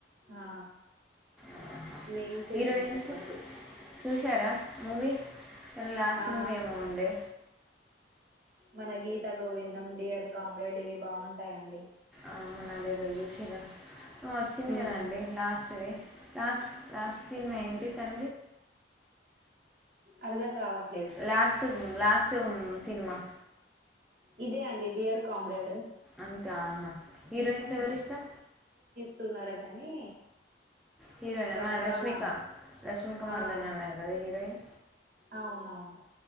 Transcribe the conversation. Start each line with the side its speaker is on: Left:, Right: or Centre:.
Right: ఆ
Centre: ఆహా
Right: నేమ్స్
Centre: హీరోయిన్స్
Right: ఏం చెప్పద్దు
Centre: చూశారా మూవీ తన లాస్ట్
Right: ఆ
Centre: మూవీ ఏమో ఉండే
Right: మన గీతా గోవిందం, డియర్ కామ్రెడ్ ఇవి బాగుంటాయండి.
Centre: ఆ మనదేదచూశిరా, వచ్చింది
Right: ఉమ్
Centre: కదండి లాస్ట్ ది లాస్ట్ లాస్ట్ సినిమా ఏంటి తన
Right: అర్ధం కావట్లే,
Centre: లాస్ట్ లాస్ట్ సినిమా,
Right: ఇదే అండి డియర్ కామ్రేడ్
Centre: అంతే ఆహా హీరోయిన్స్ ఎవరు ఇష్టం,
Right: వస్తున్నారు గాని
Centre: హీరోయిన్
Right: రణబాల
Centre: మన రష్మిక
Right: అనుకు
Centre: రష్మిక మందని
Right: ఆ
Centre: అన్నారు కదా హీరోయిన్,
Right: అవునవును